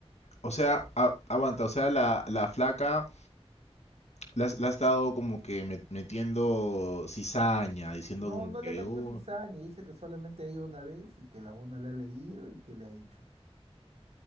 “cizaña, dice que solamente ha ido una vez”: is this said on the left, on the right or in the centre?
Right